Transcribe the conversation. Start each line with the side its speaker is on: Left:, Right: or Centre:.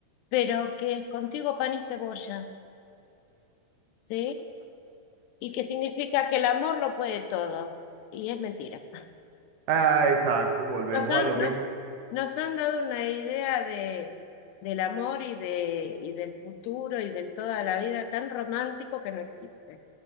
Left: pero que es contigo pan y cebolla, ¿sí? y que significa que el amor lo puede todo. Y es mentira.
Right: Ah, exacto, volvemos
Left: Nos han,
Right: a lo mismo.
Left: nos, nos han dado una idea de, del amor y, de, y del futuro y del toda la vida tan romántico que no existe.